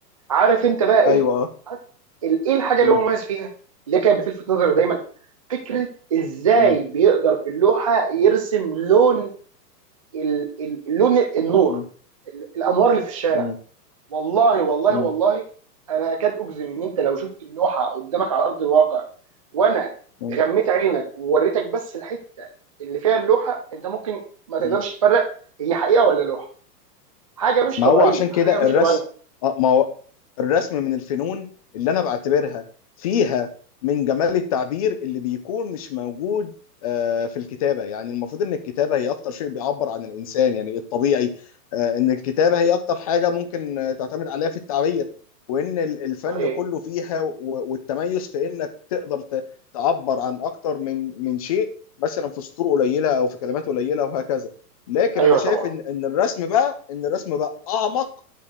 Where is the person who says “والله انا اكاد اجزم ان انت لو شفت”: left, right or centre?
Right